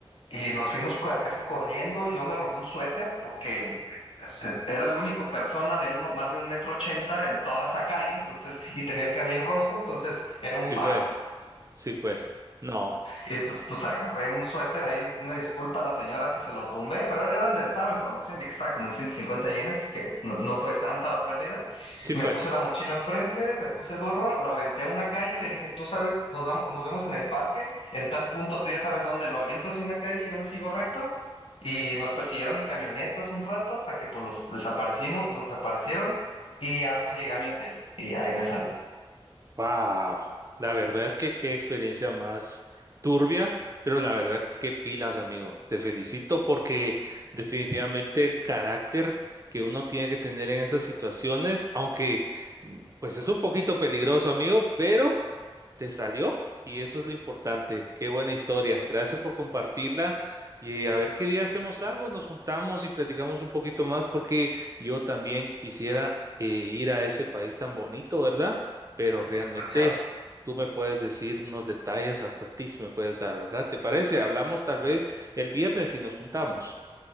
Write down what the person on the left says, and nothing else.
Y nos fuimos cua- casi corriendo. Yo me robé un suéter porque este, era la única persona de uno, más de un metro ochenta en toda esa calle, entonces, y tenía el cabello rojo, entonces era
un faro.
Y entonces, pues agarré un suéter ahí, una disculpa a la señora que se lo tumbé, pero era donde estaba en promoción, vi que estaba como en 150 yenes, que no, no fue tanta la pérdida.
Me
puse la mochila enfrente, me puse el gorro, lo aventé a una calle y le dije, tú sabes, nos, vamos, nos vemos en el parque, en tal punto tú ya sabes dónde, lo aviento hacia una calle y yo me sigo recto. Y nos persiguieron en camionetas un rato hasta que pues los desaparecimos, los desaparecieron y ya pues llegué a mi hotel y ahí me salvé.
Es precioso.